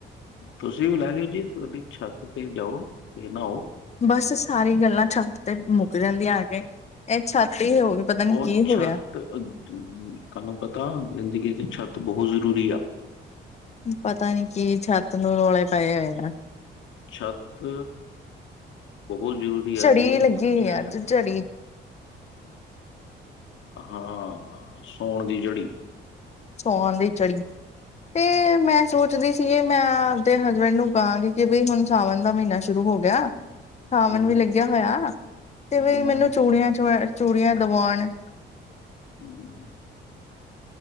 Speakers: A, on the left; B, on the left.
A: ਤੁਸੀਂ ਵੀ ਲੈ ਲਿਓ ਜੀ ਤੁਹਾਡੀ ਛੱਤ ਤੇ ਜਾਓ ਤੇ ਨਹਾਓ
B: ਬਸ ਸਾਰੀ ਗੱਲਾਂ ਛੱਤ ਤੇ ਮੁੱਕ ਜਾਂਦੀਆਂ ਆ! ਕੇ ਇਹ ਛੱਤ ਹੀ ਹੋ! ਪਤਾ ਨੀ
A: ਉਹ
B: ਕੀ ਹੋ
A: ਛੱਤ
B: ਗਿਆ
A: ਤੁਹਾਨੂੰ ਪਤਾ ਜ਼ਿੰਦਗੀ ਚ ਛੱਤ ਬਹੁਤ ਜ਼ਰੂਰੀ ਆ!
B: ਪਤਾ ਨੀ ਕੀ ਛੱਤ ਨੂੰ ਰੌਲੇ ਪਏ ਹੋਏ ਆ!
A: ਛੱਤ ਬਹੁਤ ਜ਼ਰੂਰੀ ਆ
B: ਝੜੀ
A: ਜੀ
B: ਲੱਗੀ
A: ਚ
B: ਹੋਈ ਆ ਅੱਜ ਝੜੀ
A: ਹਾਂ ਸੌਣ ਦੀ ਝੜੀ
B: ਸੌਣ ਦੀ ਚੜੀ ਤੇ ਮੈਂ ਸੋਚਦੀ ਸੀਗੀ ਮੈਂ ਆਪਦੇ ਹਸਬੈਂਡ ਨੂੰ ਕਹਾਂਗੀ ਕਿ ਬਈ ਹੁਣ ਸਾਵਣ ਦਾ ਮਹੀਨਾ ਸ਼ੁਰੂ ਸ਼ੁਰੂ ਹੋ ਗਿਆ। ਸਾਵਣ
A: ਹਮ
B: ਵੀ ਲੱਗਿਆ ਹੋਇਆ ਤੇ
A: ਹਮ
B: ਵੀ ਮੈਨੂੰ ਚੂੜੀਆਂ ਚ, ਚੂੜੀਆਂ ਦਵਾਉਣ
A: ਹੂ,,,